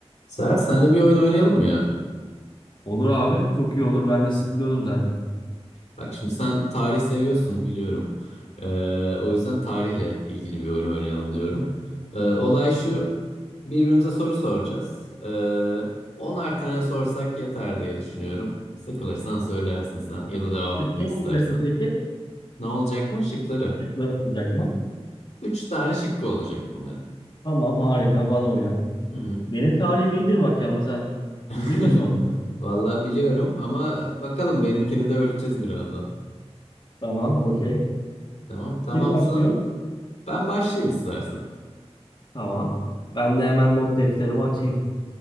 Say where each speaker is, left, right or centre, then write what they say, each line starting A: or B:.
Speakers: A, on the left; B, on the left.
A: Serhat senle bir oyun oynayalım mı ya?
B: Olur abi. Çok iyi olur. Ben de sıkılıyordum zaten.
A: Bak şimdi sen tarih seviyorsun biliyorum. Ee, o yüzden tarihle ilgili bir oyun oynayalım diyorum. Ee, olay şu birbirimize soru soracağız. Ee, 10'ar tane sorsak yeter diye düşünüyorum. Sıkılırsan söylersin sen ya da devam
B: Peki
A: etmek
B: ne
A: istersen.
B: olacak mı peki?
A: Ne olacak mı? Şıkları.
B: Çocuklar olacak mı?
A: 3 tane şıkkı olacak bunların.
B: Tamam harika bana uyar.
A: Hı hı.
B: Benim tarihim iyidir bak yalnız ha.
A: <laughs>
B: Üzülme sonra.
A: Vallahi biliyorum ama bakalım benimkini de ölçeceğiz birazdan.
B: Tamam okey.
A: Tamam. Tamamsan
B: Kim başlıyor?
A: ben başlayayım istersen.
B: Tamam. Ben de hemen not defterimi açayım.